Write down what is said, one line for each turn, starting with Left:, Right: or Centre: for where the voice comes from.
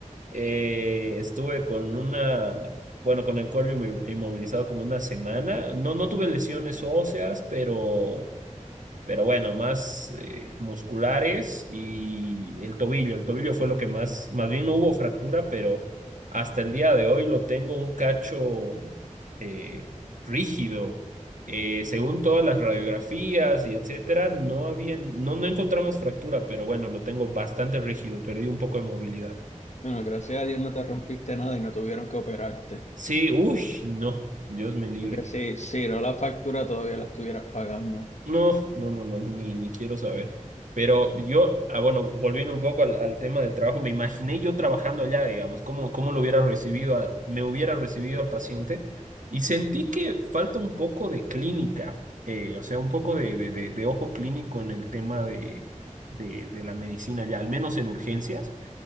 Right: Eh, estuve con una, bueno, con el cuello inmo- inmovilizado como una semana. No, no tuve lesiones óseas, pero, pero bueno, más eh, musculares y el tobillo. El tobillo fue lo que más, más bien no hubo fractura, pero hasta el día de hoy lo tengo un cacho eh, rígido. Eh, según todas las radiografías y etcétera, no había, ni- no, no encontramos fractura, pero bueno, lo tengo bastante rígido, perdí un poco de movilidad.
Left: Bueno, gracias a Dios no te rompiste nada y no tuvieron que operarte.
Right: Sí, uy, no, Dios me libre.
Left: Porque si, si no la factura todavía la estuvieras pagando.
Right: No, no, no, no, ni, ni quiero saber. Pero yo, ah, bueno, volviendo un poco al, al tema del trabajo, me imaginé yo trabajando allá, digamos, cómo, cómo lo hubiera recibido, a- me hubiera recibido al paciente y sentí que falta un poco de clínica, eh, o sea, un poco de, de, de, de ojo clínico en el tema de, de, de la medicina allá, al menos en urgencias.